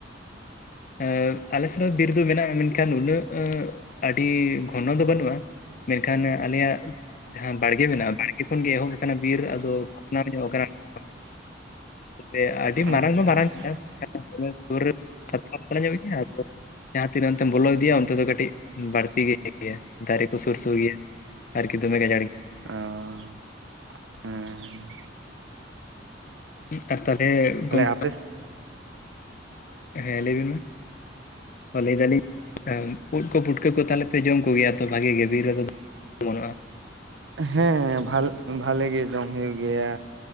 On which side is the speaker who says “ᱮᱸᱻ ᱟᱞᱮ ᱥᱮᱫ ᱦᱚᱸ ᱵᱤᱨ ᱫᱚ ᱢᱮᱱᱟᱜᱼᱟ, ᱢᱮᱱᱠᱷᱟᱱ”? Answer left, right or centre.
Left